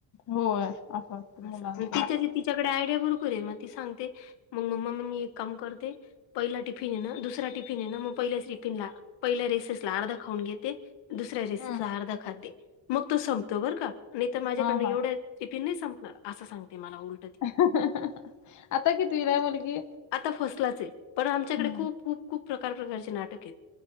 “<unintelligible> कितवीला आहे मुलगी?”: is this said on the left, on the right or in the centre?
Left